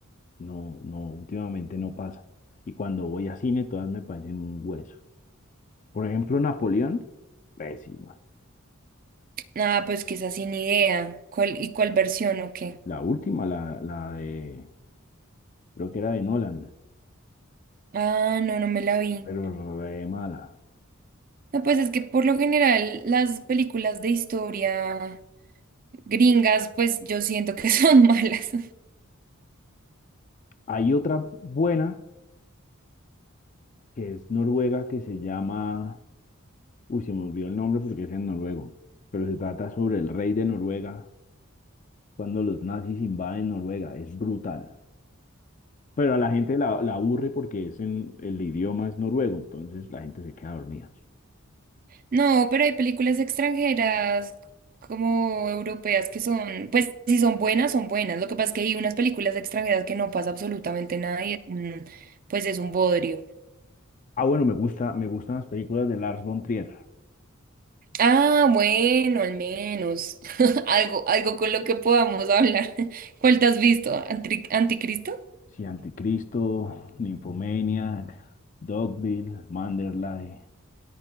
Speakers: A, on the left; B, on the right.
A: No, no, últimamente no pasa. Y cuando voy a cine, todas me parecen un hueso. Por ejemplo, Napoleón, pésima.
B: Ah, pues quizás sin idea. ¿Cuál, y cuál versión o qué?
A: La última, la, la de, creo que era de Nolan,
B: Ah, no, no me la vi.
A: pero re mala.
B: No, pues es que por lo general las películas de historia gringas, pues yo siento que <laughs> son malas.
A: Hay otra buena, que es noruega, que se llama, uy, se me olvidó el nombre porque es en noruego, pero se trata sobre el rey de Noruega cuando los nazis invaden Noruega. Es brutal. Pero a la gente la, la aburre porque es en, el idioma es noruego, entonces la gente se queda dormida.
B: No, pero hay películas extranjeras como europeas que son, pues si son buenas, son buenas. Lo que pasa es que hay unas películas extranjeras que no pasa absolutamente nada y es un- pues es un bodrio.
A: Ah, bueno, me gusta, me gustan las películas de Lars von Trier.
B: Ah, bueno, al menos. <laughs> Algo, algo con lo que podamos hablar. <laughs> ¿Cuál te has visto? ¿Antri- ¿Anticristo?
A: Sí, Anticristo, Nymphomaniac, Dogville, Manderley.